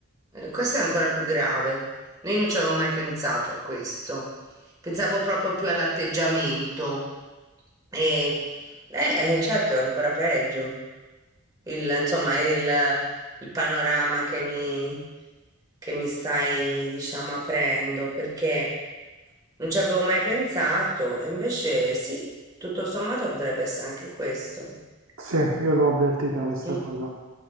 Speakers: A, on the right; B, on the right.
A: eh, questo è ancora più grave. Noi non ci avevamo mai pensato a questo. Pensavo proprio più all'atteggiamento. E, eh, eh, certo, è ancora peggio. Il, insomma, il, il panorama che mi, che mi stai, diciamo, aprendo, perché non ci avevo mai pensato. E invece sì, tutto sommato potrebbe essere anche questo.
B: Sì, io l'ho avvertita questa
A: Mm.
B: cosa.